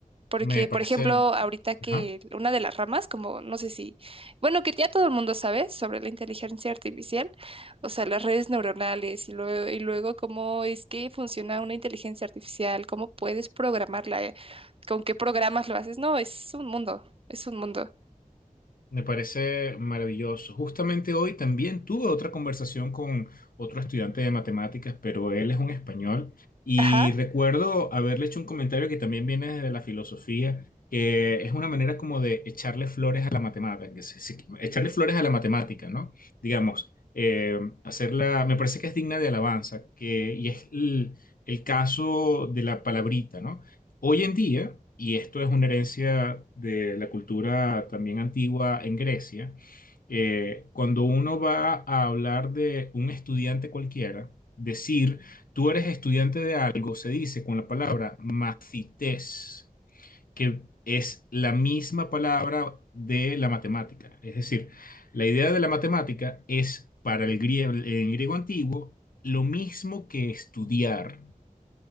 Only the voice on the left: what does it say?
me parece...
Ajá.
Me parece maravilloso. Justamente hoy también tuve otra conversación con otro estudiante de matemáticas, pero él es un español y
recuerdo haberle hecho un comentario que también viene desde la filosofía, que es una manera como de echarle flores a la matemática, que se- se- echarle flores a la matemática, ¿no? Digamos, eh, hacerla, me parece que es digna de alabanza, que, y es el, el caso de la palabrita, ¿no? Hoy en día, y esto es una herencia de la cultura también antigua en Grecia, eh, cuando uno va a hablar de un estudiante cualquiera, decir tú eres estudiante de algo, se dice con la palabra macites, que es la misma palabra de la matemática. Es decir, la idea de la matemática es para el griego, en griego antiguo lo mismo que estudiar